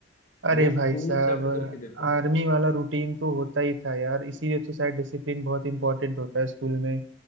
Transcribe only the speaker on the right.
अरे
भाई साहब
आर्मी
वाला रूटीन तो होता ही था यार इसीलिए तो शायद डिसिप्लिन बहुत इंपॉर्टेंट होता है स्कूल में